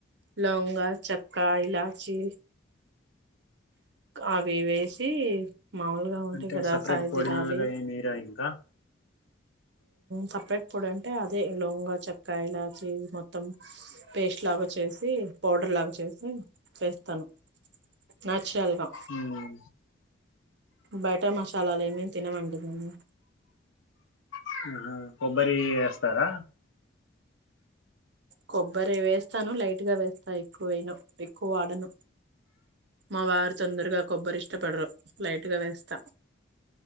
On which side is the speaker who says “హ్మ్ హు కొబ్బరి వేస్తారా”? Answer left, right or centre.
Left